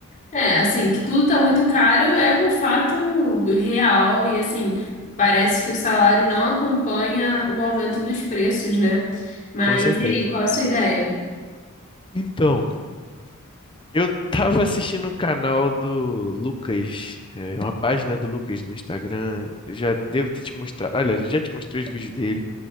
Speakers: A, on the left (about 40°); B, on the left (about 25°).
A: é, assim, que tudo tá muito caro é um fato real e, assim, parece que o salário não acompanha o aumento dos preços, né? Mas
B: com certeza.
A: e aí, qual a sua ideia?
B: Então, eu tava assistindo o canal do Lucas, é, uma página do Lucas no Instagram. Eu já devo ter te mostrado, aliás, eu já te mostrei os vídeos dele.